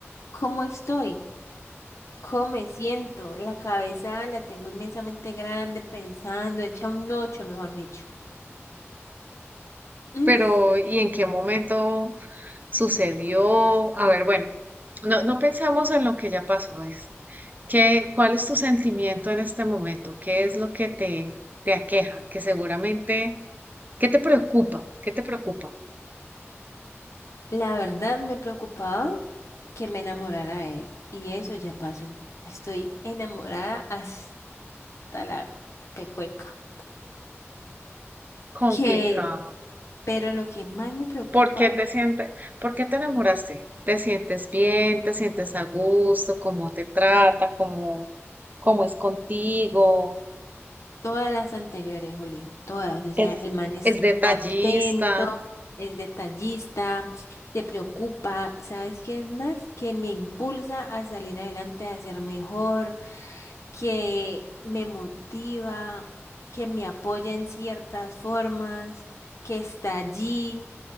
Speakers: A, on the left; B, on the right.
A: cómo estoy. ¿Cómo me siento? La cabeza la tengo inmensamente grande, pensando, hecha un ocho, mejor dicho. Mm.
B: Pero, ¿y en qué momento sucedió? A ver, bueno, no, no pensamos en lo que ya pasó, es ¿qué, cuál es tu sentimiento en este momento? ¿Qué es lo que te, te aqueja? Que seguramente ¿Qué te preocupa? ¿Qué te preocupa?
A: La verdad me preocupaba que me enamorara de él. Y eso ya pasó. Estoy enamorada hasta la pecueca.
B: Complicado.
A: Que, pero lo que más me preocupa,
B: ¿Por qué te sientes, por qué te enamoraste? ¿Te sientes bien? ¿Te sientes a gusto? ¿Cómo te trata? ¿Cómo, cómo es contigo?
A: Todas las anteriores, Juli, todas. O
B: ¿Es,
A: sea, el man es
B: es detallista?
A: atento, es detallista, se preocupa. ¿Sabes qué es más? Que me impulsa a salir adelante, a ser mejor, que me motiva, que me apoya en ciertas formas, que está allí.